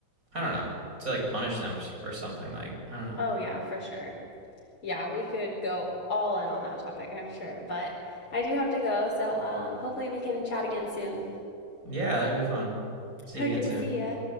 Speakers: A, on the right; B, on the left.
A: I don't know, to like punish them or something. Like I don't know.
B: Oh, yeah, for sure. Yeah, we could go all in on that topic, I'm sure, but I do have to go, so um, hopefully we can chat again soon.
A: Yeah, that would be fun. See
B: Okay,
A: you again soon.
B: see ya.